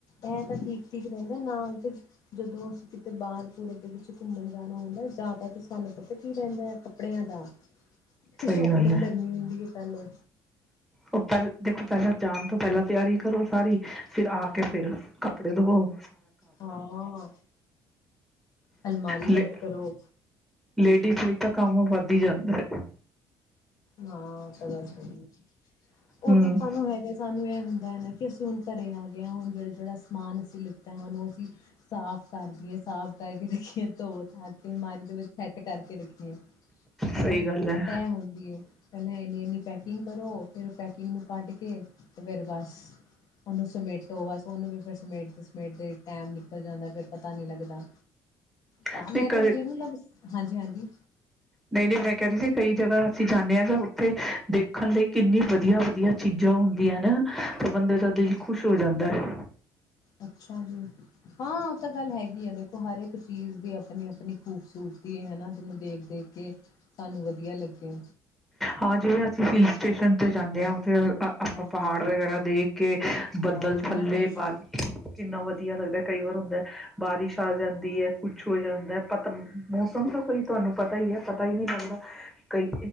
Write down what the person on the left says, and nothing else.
ਇਹ ਤਾਂ ਠੀਕ ਠੀਕ ਰਹਿੰਦਾ ਨਾਲ ਤੇ ਜਦੋਂ ਅਸੀਂ ਕਿਤੇ ਬਾਹਰ ਪੂਰਬ ਦੇ ਵਿੱਚ ਘੁੰਮਣ ਜਾਣਾ ਹੁੰਦਾ ਜ਼ਿਆਦਾਤਰ ਸਾਨੂੰ ਪਤਾ ਕੀ ਰਹਿੰਦਾ ਹੈ ਕੱਪੜਿਆਂ ਦਾ
ਤੇ ਸ਼ੋਪਿੰਗ
ਕਰਨੀ ਹੁੰਦੀ ਹੈ ਪਹਿਲਾਂ
ਹਾਂ ਅਲਮਾਰੀ ਸੈੱਟ
ਕਰੋ
ਹਾਂ ਉਹ ਤਾਂ ਗੱਲ ਸਹੀ ਹੈ ਉਹ
ਤਾਂ ਸਾਨੂੰ ਹੈਗਾ ਸਾਨੂੰ ਇਹ ਹੁੰਦਾ ਹੈ ਨਾ ਕਿ ਅਸੀਂ ਹੁਣ ਘਰੇ ਆ ਗਏ ਹਾਂ ਹੁਣ ਜਿਹੜਾ ਜਿਹੜਾ ਸਮਾਨ ਅਸੀਂ ਲਿੱਤਾ ਹੈ ਉਹਨੂੰ ਅਸੀਂ ਸਾਫ਼ ਕਰਕੇਏ ਸਾਫ਼ ਕਰਕੇ ਦੇਖੀਏ ਧੋ ਅ ਕੇ ਅਲਮਾਰੀ ਦੇ ਵਿੱਚ ਸੈਟ ਕਰਕੇ ਰੱਖੀਏ ਹਨਾ
ਇਹ ਹੁੰਦੀ ਹੈ ਮੈਂ ਇੰਨੀ ਇੰਨੀ ਪੈਕਿੰਗ ਕਰੋ ਫਿਰ ਪੈਕਿੰਗ ਨੂੰ ਕੱਢ ਕੇ ਅਤੇ ਫਿਰ ਬਸ ਉਹਨੂੰ ਸਮੇਟੋ ਬਸ ਉਹਨੂੰ ਵੀ ਫਿਰ ਸਮੇਟਦੇ ਸਮੇਟਦੇ ਟਾਈਮ ਨਿਕਲ ਜਾਂਦਾ ਫਿਰ ਪਤਾ ਨਹੀਂ ਲੱਗਦਾ ਤਾਂ
ਮੈਂ
ਤੇ ਹਜੇ ਹੁੰ ਲ ਹਾਂਜੀ ਹਾਂਜੀ
ਅੱਛਾ ਜੀ ਹਾਂ ਉਹ ਤਾਂ ਗੱਲ ਹੈਗੀ ਆ ਦੇਖੋ ਹਰ ਇੱਕ ਚੀਜ਼ ਦੀ ਆਪਣੀ ਆਪਣੀ ਖੂਬਸੂਰਤੀ ਹੈਾ ਜਿਹਨੂੰ ਦੇਖ ਦੇਖ ਕੇ ਸਾਨੂੰ ਵਧੀਆ ਲੱਗੇ
ਹਾਂਜੀ
ਹਾਂ ਕਿੰਨਾ
ਖੁਸ਼